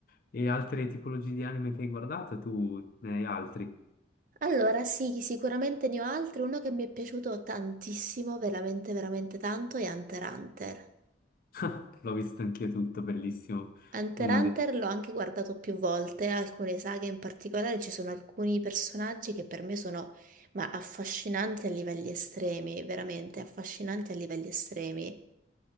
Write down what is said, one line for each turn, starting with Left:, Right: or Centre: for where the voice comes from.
Left: E altre tipologie di anime che hai guardato, tu ne hai altri?
Right: Allora, sì, sicuramente ne ho altri. Uno che mi è piaciuto tantissimo, veramente, veramente tanto, è Hunter x Hunter.
Left: <laughs> L'ho visto anch'io tutto, bellissimo.
Right: Hunter
Left: Uno
Right: x Hunter
Left: dei...
Right: l'ho anche guardato più volte, alcune saghe in particolare, ci sono alcuni personaggi che per me sono, ma affascinanti a livelli estremi, veramente affascinanti a livelli estremi.